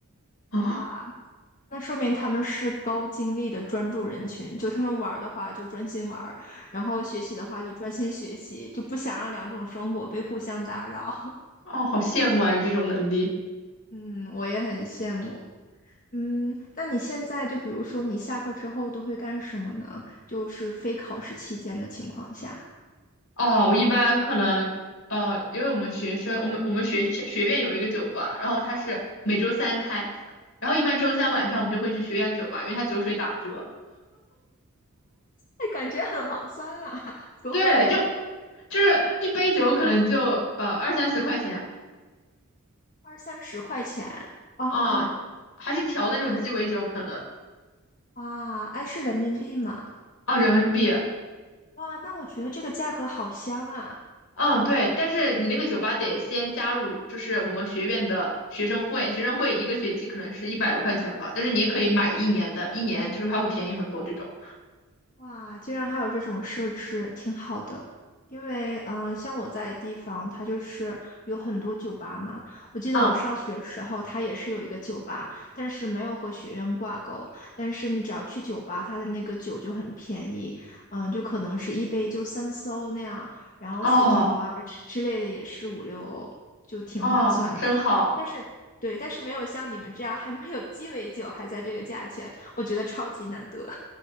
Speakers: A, on the left (about 60°); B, on the left (about 35°).
A: <laughs>
B: 哇！那说明他们是高精力的专注人群，就他们玩儿的话就专心玩儿，然后学习的话就专心学习，就不想让两种生活被互相打扰。<laughs>
A: 哦，好羡慕啊，有这种能力。
B: 嗯，我也很羡慕。嗯，那你现在就比如说你下课之后都会干什么呢？就是非考试期间的情况下，
A: 哦，我一般可能，呃，因为我们学生，我们我们学学院有一个酒吧，然后它是每周三开，然后一般周三晚上我们就会去学院的酒吧，因为它酒水打折。
B: 哎，感觉很划算啊，<laughs> 多喝点，
A: 对，就就是一杯酒可能就呃二三十块钱
B: 二三十块钱。嗯，
A: 啊，还是调的那种鸡尾酒可能
B: 是哇，哎，是人民币吗？
A: 啊人民币。
B: 哇，那我觉得这个价格好香啊。
A: 嗯，对，但是你那个酒吧得先加入，就是我们学院的学生会，学生会一个学期可能是一百多块钱吧，但是你也可以买一年的，一年就是它会便宜很多这种。
B: 哇，居然还有这种设置，挺好的。因为，嗯、呃像我在的地方，它就是有很多酒吧嘛。我记得我上学时候，
A: 啊，
B: 它也是有一个酒吧，但是没有和学院挂钩。但是你只要去酒吧，它的那个酒就很便宜，嗯、就可能是一杯就三四欧那样，然后薯条啊之之类的也是五六欧，
A: 哦
B: 就挺划算的。
A: 哦，真好。
B: 但是，对，但是没有像你们这样还能有鸡尾酒，还在这个价钱，我觉得超级难得。